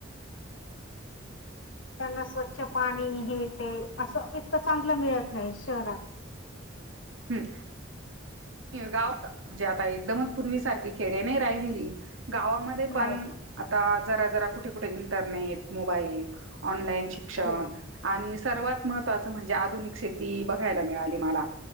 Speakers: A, on the left; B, on the right.
A: त्यांना स्वच्छ पाणी हे ते असं इतकं चांगलं मिळत नाही शहरात
B: हम्म गाव म्हणजे आता एकदमच पूर्वी सारखी खेडे नाही राहिलेली गावामध्ये
A: नाही
B: पण आता जरा जरा कुठे कुठे इंटरनेट मो बाईल ऑनलाईन शिक्षण
A: बरोबर
B: आणि सर्वात महत्तवाचं म्हणजे आधुनिक शेती बघायला मिळाली मला